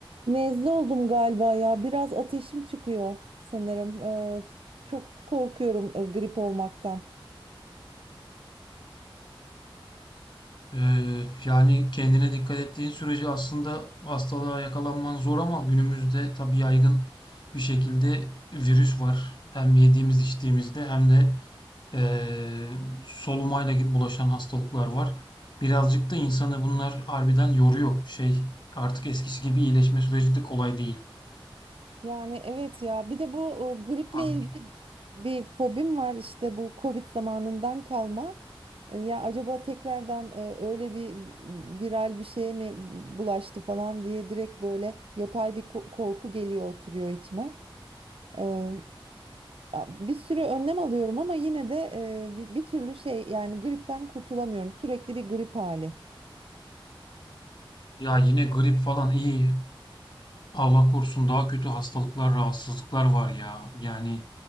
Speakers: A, on the right; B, on the left.
A: Nezle oldum galiba ya. Biraz ateşim çıkıyor sanırım. Ee, f- çok korkuyorum e, grip olmaktan.
B: Ee, yani kendine dikkat ettiğin sürece aslında hastalığa yakalanman zor ama günümüzde tabii yaygın bir şekilde virüs var. Hem yediğimiz içtiğimizde hem de eee solumayla gibi bulaşan hastalıklar var. Birazcık da insanı bunlar harbiden yoruyor. Şey artık eskisi gibi iyileşme süreci de kolay değil.
A: Yani evet ya. Bir de bu e, griple
B: Hak-
A: ilgili bir fobim var işte bu Covid zamanından kalma. E, Ya acaba tekrardan e, öyle bir viral bir şeye mi bulaştı falan diye direkt böyle yapay bir ko- korku geliyor oturuyor içime. Eee, bir sürü önlem alıyorum ama yine de eee, bir, bir türlü şey yani gripten kurtulamıyorum. Sürekli bir grip hali.
B: Ya yine grip falan iyi. Allah korusun daha kötü hastalıklar, rahatsızlıklar var ya. Yani